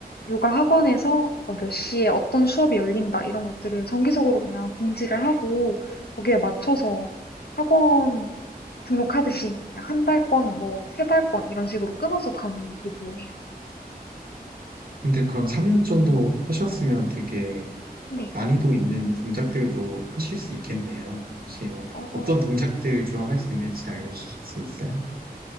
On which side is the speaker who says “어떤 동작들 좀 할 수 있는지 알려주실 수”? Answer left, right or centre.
Right